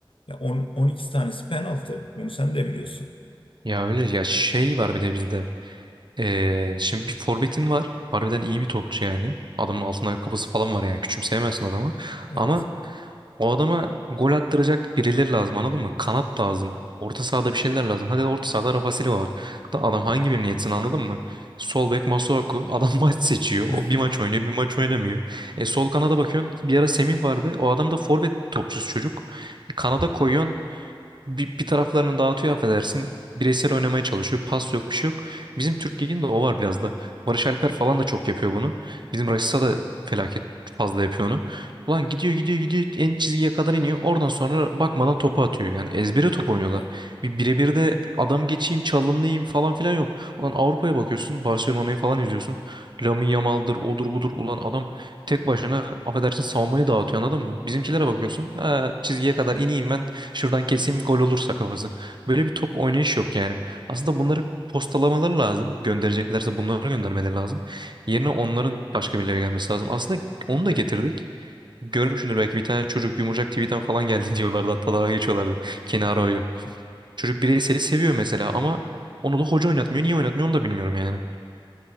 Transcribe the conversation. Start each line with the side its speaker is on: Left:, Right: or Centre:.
Left: Ya 10, 12 tanesi penaltı. Bunu sen de biliyorsun.
Right: Ya öyle ya şey var bir de bizde. Ee, şimdi bir forvetin var. Harbiden iyi bir topçu yani. Adamın altın ayakkabısı falan var yani. Küçümseyemezsin adamı.
Left: Evet.
Right: Ama O adama gol attıracak birileri lazım anladın mı? Kanat lazım. Orta sahada bir şeyler lazım. Hadi orta sahada Rafa Silva var. Da adam hangi birini yetsin anladın mı? Sol bek Masuaku. Adam <laughs> maç seçiyor.
Left: <laughs>
Right: O bir maç oynuyor bir maç oynamıyor. E sol kanada bakıyorsun. Bir ara Semih vardı. O adam da forvet topçusu çocuk. E, kanada koyuyorsun bir, bir taraflarını dağıtıyor affedersin. Bireysel oynamaya çalışıyor. Pas yok bir şey yok. Bizim Türk Ligi'nde o var biraz da. Barış Alper falan da çok yapıyor bunu. Bizim Rashica da felaket fazla yapıyor onu. Ulan gidiyor gidiyor gidiyor en çizgiye kadar iniyor. Oradan sonra bakmadan topu atıyor. Yani ezbere top oynuyorlar.
Left: Evet.
Right: Bir birebir de adam geçeyim çalımlayayım falan filan yok. Ulan Avrupa'ya bakıyorsun. Barcelona'yı falan izliyorsun. Lamine Yamal'dır odur budur. Ulan adam tek başına affedersin savunmayı dağıtıyor anladın mı? Bizimkilere bakıyorsun. Ha, çizgiye kadar ineyim ben Şuradan keseyim gol olursa kafası. Böyle bir top oynayış yok yani. Aslında bunları postalamaları lazım. Göndereceklerse bunları göndermeleri lazım. Yerine onların başka birileri gelmesi lazım. Aslında onu da getirdik. Görmüşsündür belki bir tane çocuk Yumurcak TV'den falan geldi <laughs> diyorlardı. Hatta daha geçiyorlardı. Kenaro'yu.
Left: evet.
Right: Çocuk bireyseli seviyor mesela ama onu da hoca oynatmıyor. Niye oynatmıyor onu da bilmiyorum yani.